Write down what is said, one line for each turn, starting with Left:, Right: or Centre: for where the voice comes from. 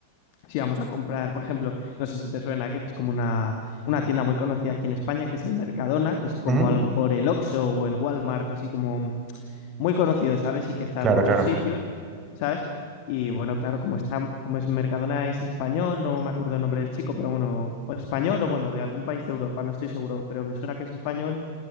Left: si vamos a comprar, por ejemplo, no sé si te suena, que es como una, una tienda muy conocida aquí en España, que es el Mercadona, que es como
Right: ujú.
Left: a lo mejor el Oxxo o el Walmart, así como muy conocido, ¿sabes? Y que está
Right: Claro,
Left: en muchos
Right: claro.
Left: sitios, ¿sabes? Y bueno, claro, como está, como es Mercadona es español, no me acuerdo el nombre del chico, pero bueno, o español o bueno, de algún país de Europa, no estoy seguro, pero me suena que es español